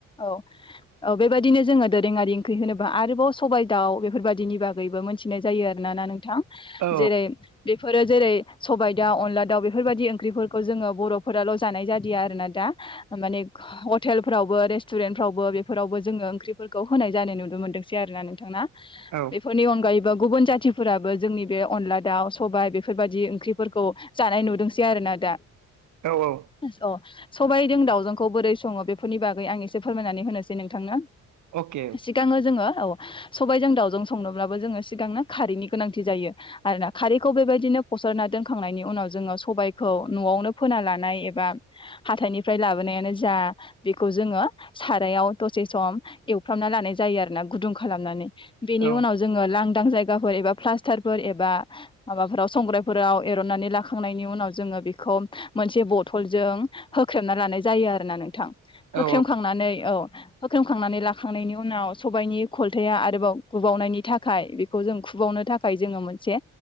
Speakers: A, on the left (about 15°); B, on the right (about 70°).
A: औ औ बेबायदिनो जोङो दोरोङारि ओंख्रि होनोबा आरोबाव सबाय दाउ बेफोरबायदिनिबा यैबो मोनथिनाय जायो आर ना नोंथां
B: औ
A: जेरै बेफोरो जेरै सबाय दाउ अनला दाउ बेफोरबायादि ओंख्रिफोरखौ जोङो बरफोराल जानाय जादिया आरो ना दा माने <unintelligible> टेलफ्रावबो रेस्टुरेन्टफ्रावबो बेफोरावबो जोङो ओंख्रिफोरखौ होनाय जानाय नुनो मोनदोंसै आर ना नोंथां ना?
B: औ
A: बेफोरनि अनगायैबो बो गुबुन जाथिफोराबो जोंनि बे अनला दाउ सबाय बेफोरबायदि ओंख्रिफोरखौ जानाय नुदोंसै आर ना दा
B: औ औ
A: अ सबायजों दावजोंखौ बोरै सङो बेफोरनि बागै आं एसे फोरमायनानै होनोसै नोंथांनो
B: अके अके
A: सिगाङो जोङो औ सबायजों दाावजों संनोब्लाबो जोङो सिगांनो खारैनि गोनांथि जायो आरोना खारैखौ बेबायदिनो फसरनानै दोनखांनायनि उनाव जोङो सबायखौ न'आवनो फोना लानाय एबा बा हाथायनिफ्राय लाबोन जा बेखौ जोङो सारायाव दसे सम एवफ्रामनानै लानाय जायो आरोना गुुंदुं खालामनानै बेनि
B: औ
A: उनाव जोङो उदां जायगाफोर एबा प्लास्टारफोर एबा माबाफोराव संग्रायफोराव एरननानै लाखांनायनि उनाव जोङो बेखौ मोनसे बद थलजों होख्रेमना लानाय जायो आरोना नोंथां होख्रेमखांनानै
B: औ
A: औ होख्रेमखांनानै लाखांनायनि उनाव सबायाइनि खलथाया आरोबाव गुबावनायनि थाखाय बेखौ जों फुबावनो थाखाय जोङो मोनसे